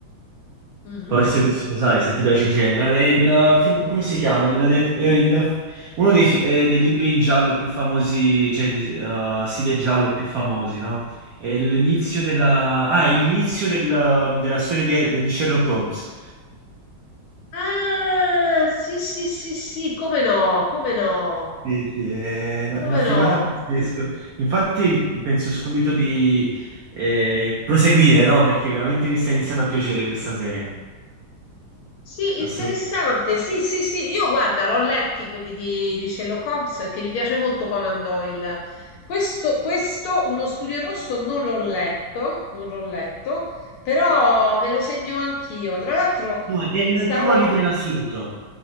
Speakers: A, on the left (about 80°); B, on the right (about 80°).
A: Mhm.
B: forse questo lo sai se ti piace il genere, è il film, come si chiama? Il det- è il- uno dei, fi- eh, dei libri in giallo più famosi, cioè di- eh, stile giallo più famosi, no? È l'inizio della, ah, è l'inizio del- della storia di, di Sherlock Holmes.
A: Ah, sì, sì, sì, sì, come no, come no,
B: Sì, sì, è una
A: come
B: è una figata
A: no.
B: pazzesca. Infatti penso subito di eh, proseguire, no? Perché veramente mi sta iniziando a piacere questa serie.
A: Sì,
B: Assolutamente.
A: interessante. Sì, sì, sì. Io guarda, l'ho letti quelli di, di Sherlock Holmes perché mi piace molto Conan Doyle. Questo, questo, Uno studio in rosso, non l'ho letto, non l'ho letto, però me lo segno anch'io. Tra l'altro,
B: No, è il
A: stavo.
B: primo libro in assoluto.